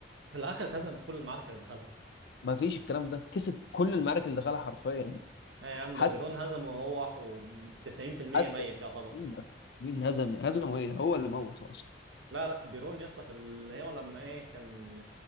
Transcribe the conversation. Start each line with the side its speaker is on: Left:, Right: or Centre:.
Right: في الاخر اتهزم في كل المعركه اللي دخلها
Left: ما فيش الكلام ده كسب كل المعارك اللي دخلها حرفيا
Right: آه يا عم
Left: حتى
Right: ده بيرون هزمه وهو 90%
Left: حتى
Right: ميت يعتبر
Left: مين أصلاً؟ مين هزم هزم ايه هو اللي موت اصلا
Right: لا لا بيرون يا اسطى في اللي هو لما ايه كان